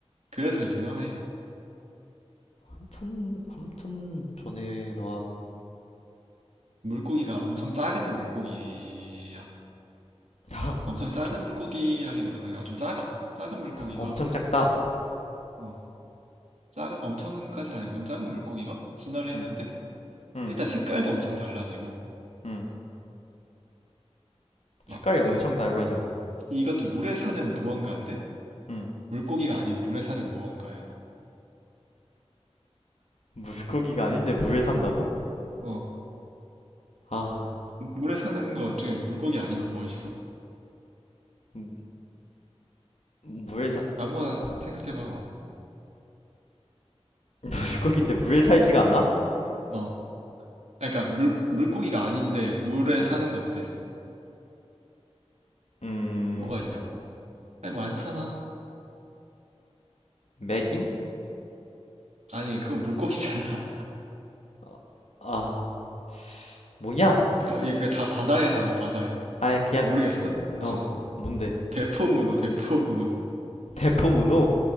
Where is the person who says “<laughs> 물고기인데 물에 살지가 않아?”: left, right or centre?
Left